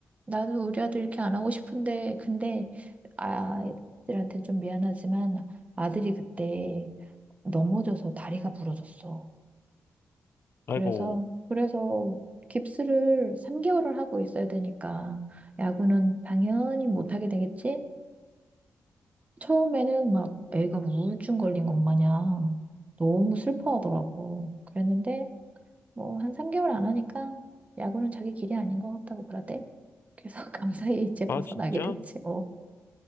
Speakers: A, on the right; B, on the left.
A: 나도 우리 아들 이렇게 안 하고 싶은데, 근데 아이들한테 좀 미안하지만 아들이 그때 넘어져서 다리가 부러졌어.
B: 아이고,
A: 그래서, 그래서 깁스를 3개월을 하고 있어야 되니까 야구는 당연히 못하게 되겠지? 처음에는 막 애가 우울증 걸린 것 마냥 너무 슬퍼하더라고. 그랬는데 뭐 한 3개월 안 하니까 야구는 자기 길이 아닌 것 같다고 그러대. 그래서 <laughs> 강사에 이제 벗어나게
B: 아, 진짜?
A: 됐지. 어,